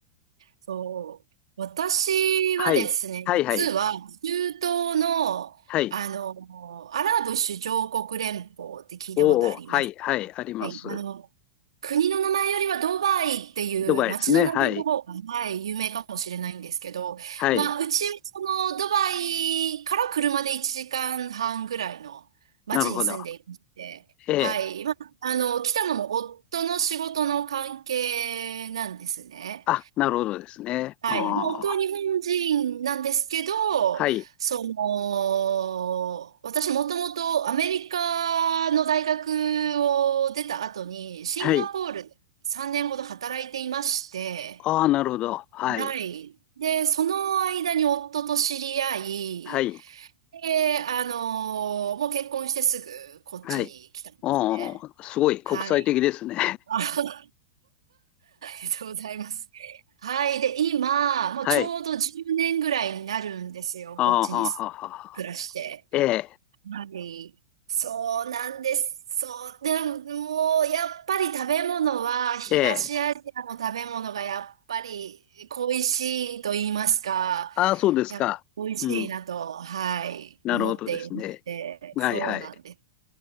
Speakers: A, on the right; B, on the left.
A: そう、私はですね、
B: はい。はいはい。
A: 実は中東の、
B: はい。
A: あの、アラブ首長国連邦って聞いたことあります。
B: おお、はいはい。あります。
A: はい。あの、国の名前よりはドバイっていう街の名前の方が、
B: ドバイですね。はい。
A: はい、有名かもしれないんですけど、
B: はい。
A: まあ、うち、その、ドバイから車で1時間半ぐらいの街に住んでいまして、
B: なるほど。ええ。
A: はい。まあ、あの、来たのも夫の仕事の関係なんですね。
B: あ、なるほどですね。
A: はい。
B: あ
A: まあ、夫は日本人なんですけど、
B: あ、はい、
A: その、私もともとアメリカの大学を出た後に、シンガポールで3年ほど働いていまして、
B: はい。ああ、なるほど。はい、
A: はい。で、その間に夫と知り合い、
B: はい、
A: で、あの、もう結婚してすぐこっちに来たんですね。
B: はい。ああ、すごい国際的ですね。
A: はい。<laughs> りがとうございます。はい。で、今、もうちょうど10年ぐらいになるんですよ。
B: <laughs> はい。ああ、
A: こっちに
B: はあ、はあ、はあ。
A: 暮らして。
B: ええ、
A: はい。そうなんです。そう。でも、もう、やっぱり食べ物は、東アジアの食べ物がやっぱり恋しいと言いますか、
B: ええ。ああ、そうですか。
A: やっぱ美味しいなと、
B: うん、
A: はい、
B: なるほどですね。
A: 思っていまして、
B: はい、
A: そうなんです。
B: はい。